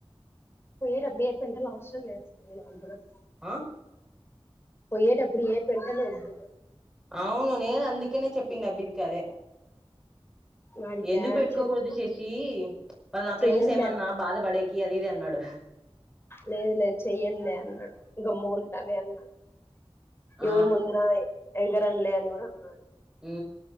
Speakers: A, on the left; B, in the centre.
A: పోయే ఏ <unintelligible> అవసరం లేదు స్వామి నాకు
B: అ
A: పోయేటప్పుడు ఏ పెంటలు వద్దు
B: అవును నేను అందుకేనే చెప్పింది అబిదికదే
A: వాడికా
B: ఎందుకు పెట్టుకోకూడదు
A: చెప్పిన
B: శశి వాళ్ళ నా ఫ్రెండ్స్
A: చెయ్యనులే
B: ఏమన్నా
A: అన్నాడు
B: బాధ పడేకి అది ఉన్నాడు
A: లేదు లేదు చెయ్యనులే అన్నాడు గమ్ముగుంటాలే అన్నాడు
B: ఆ
A: ఎవరి ముందుర ఎదురంలే అని కూడా ఉన్నాడు
B: ఉ